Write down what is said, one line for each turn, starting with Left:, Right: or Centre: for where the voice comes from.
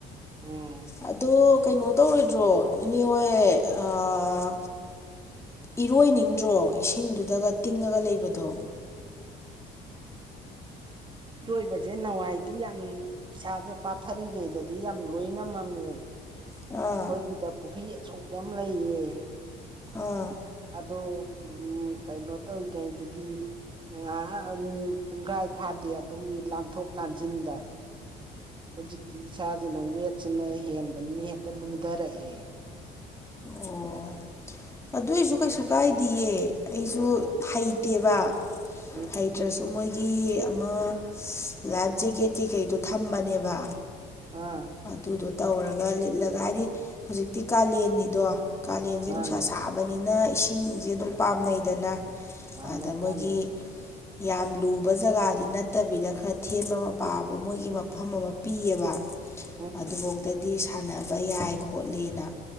Right: ꯎꯝ
Left: ꯑꯗꯣ ꯀꯩꯅꯣ ꯇꯧꯔꯣꯏꯗ꯭ꯔꯣ ꯏꯅꯦ ꯍꯣꯏ ꯑꯥ ꯏꯔꯣꯏꯅꯤꯡꯗ꯭ꯔꯣ ꯏꯁꯤꯡꯗꯨꯗꯒ ꯇꯤꯡꯉꯒ ꯂꯩꯕꯗꯣ
Right: ꯏꯔꯣꯏꯕꯖꯦ ꯅꯋꯥꯏꯗꯤ ꯌꯥꯝ ꯏꯁꯥꯁꯦ ꯄꯥꯊꯥꯔꯤ ꯉꯩꯗꯗꯤ ꯌꯥꯝ ꯂꯣꯏ ꯉꯝꯃꯝꯃꯦ
Left: ꯑꯥ
Right: ꯑꯈꯣꯏꯒꯤꯗ ꯄꯨꯈꯤ ꯑꯆꯧꯕ ꯑꯃ ꯂꯩꯌꯦ
Left: ꯑꯥ
Right: ꯑꯗꯣ ꯎꯝ ꯀꯩꯅꯣ ꯇꯧꯉꯩꯗꯗꯤ ꯉꯍꯥꯛ ꯄꯨꯡꯈꯥꯏ ꯐꯥꯗꯦ ꯑꯗꯨꯒꯤ ꯂꯥꯟꯊꯣꯛ ꯂꯥꯟꯁꯤꯟꯗ ꯍꯧꯖꯤꯛꯇꯤ ꯏꯁꯥꯁꯤꯅ ꯋꯦꯠꯁꯤꯅ ꯍꯦꯟꯕꯅꯤꯅ ꯍꯦꯛꯇ ꯂꯨꯝꯊꯔꯛꯑꯦ
Left: ꯑꯣ ꯑꯗꯨꯏꯁꯨ ꯀꯩꯁꯨ ꯀꯥꯏꯗꯌꯦ ꯑꯩꯁꯨ ꯍꯩꯇꯦꯕ
Right: ꯎꯝ
Left: ꯍꯩꯇ꯭ꯔꯁꯨ ꯃꯣꯏꯒꯤ ꯑꯃ ꯂꯥꯏꯐ ꯖꯦꯛꯀꯦꯠ ꯀꯩꯀꯩꯗꯣ ꯊꯝꯕꯅꯦꯕ
Right: ꯑꯥ
Left: ꯑꯗꯨꯗꯣ ꯇꯧꯔꯒ ꯂꯤꯠꯂꯒ ꯍꯥꯏꯗꯤ ꯍꯧꯖꯤꯛꯇꯤ ꯀꯥꯂꯦꯟꯅꯤꯗꯣ ꯀꯥꯂꯦꯟꯁꯦ
Right: ꯃꯥꯅꯦ
Left: ꯅꯨꯡꯁꯥ ꯁꯥꯕ ꯐꯥꯕꯅꯤꯅ ꯏꯁꯤꯡꯁꯦ ꯑꯗꯨꯝ ꯄꯥꯝꯅꯩꯗꯅ
Right: ꯄꯥꯝꯅꯩ
Left: ꯑꯗ ꯃꯣꯏꯒꯤ
Right: ꯄꯥꯝꯅꯩ
Left: ꯌꯥꯝ ꯂꯨꯕ ꯖꯒꯥꯗꯤ ꯅꯠꯇꯕꯤꯗ ꯈꯔ ꯊꯦꯟꯕ ꯃꯄꯥꯕ ꯃꯣꯏꯒꯤ ꯃꯐꯝ ꯑꯃ ꯄꯤꯌꯦꯕ
Right: ꯎꯝ
Left: ꯑꯗꯨꯐꯧꯇꯗꯤ ꯁꯥꯟꯅꯕ ꯌꯥꯏ ꯈꯣꯠꯂꯦꯅ